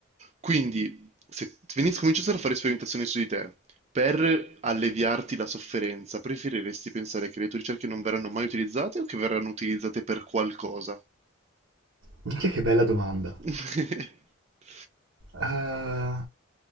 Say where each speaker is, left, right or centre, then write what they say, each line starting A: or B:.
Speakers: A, on the right; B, on the right.
A: Quindi, se venisse- cominciassero a fare sperimentazioni su di te, per alleviarti la sofferenza, preferiresti pensare che le tue ricerche non verranno mai utilizzate o che verranno utilizzate per qualcosa?
B: Minchia che bella domanda.
A: <laughs>
B: Eh,